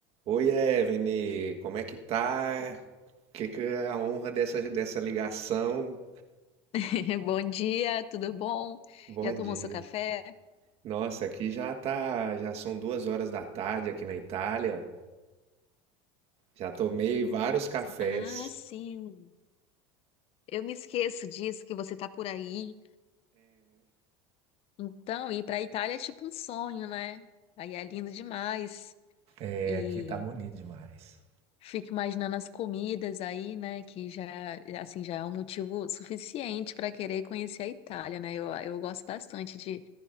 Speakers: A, on the right; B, on the left.
A: Oi, Evelyn, como é que tá? Que que é a honra dessa, dessa ligação?
B: <laughs> Bom dia, tudo bom?
A: Bom
B: Já tomou
A: dia.
B: seu café?
A: Nossa, aqui já tá, já são duas horas da tarde aqui na Itália. Já tomei vários cafés.
B: Ah, sim. Eu me esqueço disso que você tá por aí. Então, ir pra Itália é tipo um sonho, né? Aí é lindo demais.
A: É,
B: E
A: aqui tá bonito demais.
B: fico imaginando as comidas aí, né? Que já, assim, já é um motivo suficiente para querer conhecer a Itália, né? Eu, eu gosto bastante de,